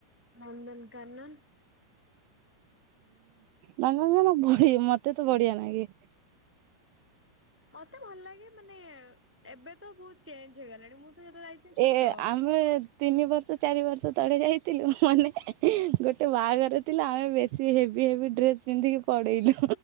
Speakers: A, in the centre; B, on the right.
A: ନନ୍ଦନକାନନ।
B: ହୁଁ ହୁଁ ବୁଢ଼ୀ ମତେ ତ ବଢିଆ ନାଗେ।
A: ମତେ ଭଲ ଲାଗେ ମାନେ ଏବେ ତ ବହୁତ ଚେଞ୍ଜ ହେଇଗଲାଣି ମୁଁ ତ ଯେତେବେଳେ ଯାଇଥିଲି ଛୋଟ
B: ଏ ଆମେ। ତିନି ବର୍ଷ ଚାରି ବର୍ଷ ତଳେ ଯାଇଥିଲୁ ମାନେ ଗୋଟେ ବାହାଘର ଥିଲା ଆମେ ବେଶୀ ସେ ହେଭି ହେଭି ଡ୍ରେସ୍ ପିନ୍ଧିକି ପଳେଇଲୁ